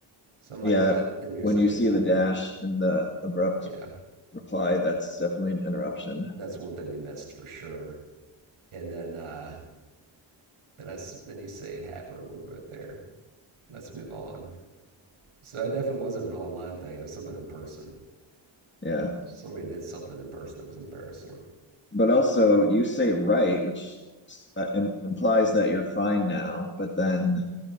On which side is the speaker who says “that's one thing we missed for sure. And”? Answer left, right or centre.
Right